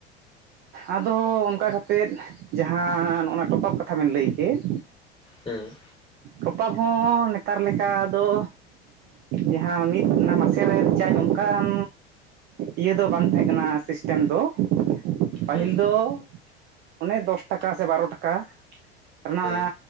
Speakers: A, on the right; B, on the left.
A: ᱟᱫᱚ ᱚᱱᱠᱟ ᱠᱟᱛᱮᱫ ᱡᱟᱦᱟᱸ ᱚᱱᱟ ᱴᱚᱯᱟᱯ ᱠᱟᱛᱷᱟ ᱵᱮᱱ ᱞᱟᱹᱭ ᱠᱮᱫ᱾
B: ᱦᱩᱸ᱾
A: ᱴᱚᱯᱟᱯ ᱦᱚᱸ ᱱᱮᱛᱟᱨ ᱞᱮᱠᱟ ᱫᱚ ᱡᱟᱦᱟᱸ ᱢᱤᱫ ᱚᱱᱟ ᱢᱟᱥᱮ ᱨᱮ ᱨᱤᱪᱟᱨᱡᱽ ᱚᱱᱠᱟᱱ ᱤᱭᱟᱹ ᱫᱚ ᱵᱟᱝ ᱛᱟᱦᱮᱸ ᱠᱟᱱᱟ ᱥᱤᱥᱴᱮᱢ ᱫᱚ᱾ ᱯᱟᱹᱦᱤᱞ
B: ᱦᱩᱸ
A: ᱫᱚ ᱚᱱᱮ ᱫᱚᱥ ᱴᱟᱠᱟ ᱥᱮ ᱵᱟᱨᱚ ᱴᱟᱠᱟ ᱨᱮᱱᱟᱜ
B: ᱦᱩᱸ
A: ᱚᱱᱟ